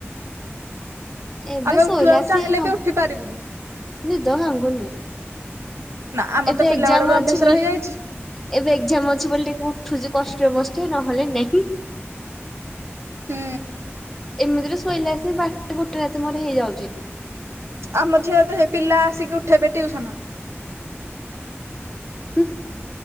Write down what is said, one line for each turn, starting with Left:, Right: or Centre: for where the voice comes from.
Centre: ଏବେ
Right: ଆମେ
Centre: ଶୋଇଲେ
Right: ଉଠିବାକୁ
Centre: ଆସି
Right: ଚାହିଁଲେ
Centre: ସ
Right: ବି ଉଠି ପାରିବୁନି
Centre: ନିଦ ଭାଙ୍ଗୁନି।
Right: ନା ଆମର
Centre: ଏବେ
Right: ତ ପିଲା
Centre: ଏଗଜାମ୍
Right: ବେଳରୁ
Centre: ଅଛି
Right: ଅଭ୍ୟାସ
Centre: ବୋଲି।
Right: ରହିଯାଇଛି।
Centre: ଏବେ ଏଗଜାମ ଅଛି ବୋଲି ଟିକେ ଉଠୁଚି କଷ୍ଟେ ମଷ୍ଟେ ନହେଲେ ନେହିଁ।
Right: ହୁଁ।
Centre: ଏମିତିରେ ଶୋଇଲେ ଆସି ବାରଟା ଗୋଟେ ରାତି ମୋର ହେଇଯାଉଚି।
Right: ଆମ ଝିଅର ତ ସେ ପିଲା ଆସିକି ଉଠେଇବେ ଟିଉସନ।
Centre: ହୁଁ